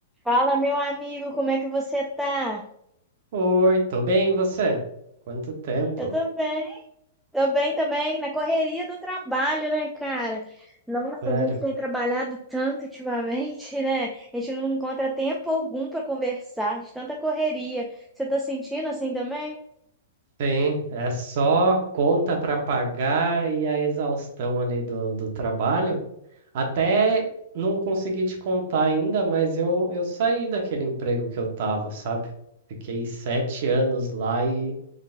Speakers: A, in the centre; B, on the right.
A: Fala, meu amigo, como é que você tá?
B: Oi, tô bem, e você? Quanto tempo?
A: Eu tô bem, tô bem também, na correria do trabalho, né, cara? Nossa,
B: Sério.
A: a gente tem trabalhado tanto ultimamente, né? A gente não encontra tempo algum pra conversar, de tanta correria. Você tá sentindo assim também?
B: Sim, é só conta para pagar e a exaustão ali do, do trabalho. Até não consegui te contar ainda, mas eu, eu saí daquele emprego que eu tava, sabe? Fiquei sete anos lá e